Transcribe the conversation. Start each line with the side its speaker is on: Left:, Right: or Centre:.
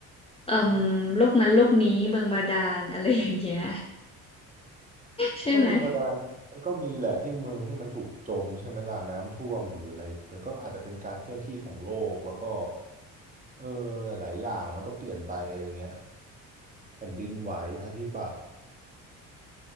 Left: เอ่อโลกนั้นโลกนี้เมืองบาดาลอะไรอย่างเงี้ยใช่ไหม
Right: ก็เมืองบาดาลมันก็มีแหละที่เมืองที่มันถูกจมใช่ไหมล่ะน้ำท่วมหรืออะไรมันก็อาจจะเป็นการเคลื่อนที่ของโลกแล้วก็เออหลายๆอย่างมันก็เปลี่ยนไปอะไรเงี้ยแผ่นดินไหวภัยพิบัติ